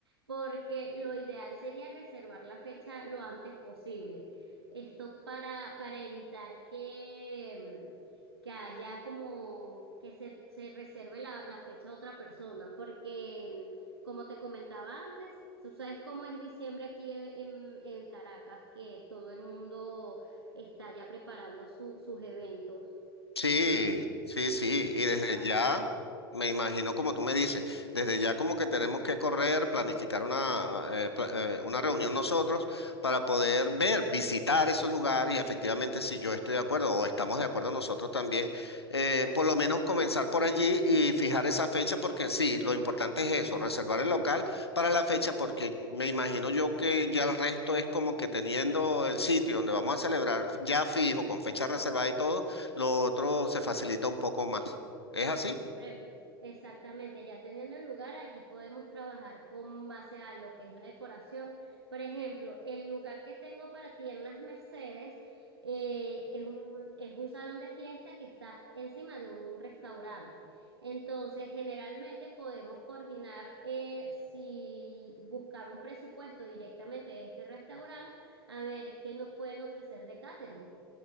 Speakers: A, on the right (about 75°); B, on the left (about 80°).
A: porque lo ideal sería reservar la fecha lo antes posible. Esto para, para evitar que, mm, que haya como que se, se reserve la, la fecha a otra persona, porque mm, como te comentaba antes, tú sabes cómo es diciembre aquí en, en- en Caracas, que todo el mundo está ya preparando su- sus eventos.
B: Sí,
A: Entonces,
B: sí, sí, y
A: me
B: desde
A: parece,
B: ya, me imagino como tú me dices, desde ya como que tenemos que correr, planificar una, eh, eh, pla- eh, una reunión nosotros para poder ver, visitar esos lugares y efectivamente si yo estoy de acuerdo o estamos de acuerdo nosotros también, eh, por lo menos comenzar por allí y fijar esa fecha porque sí, lo importante es eso, reservar el local para la fecha porque me imagino yo que ya el resto es como que teniendo el sitio donde vamos a celebrar ya fijo, con fecha reservada y todo lo otro se facilita un poco más. ¿Es así?
A: Pref- Exactamente, ya teniendo el lugar, allí podemos trabajar con base a lo que es la decoración. Por ejemplo, el lugar que tengo para ti en las Mercedes eh, es un, es un salón de fiesta que está encima de un restaurante. Entonces, generalmente podemos coordinar eh, si buscar un presupuesto directamente de este restaurante, a ver qué nos pueden ofrecer de catering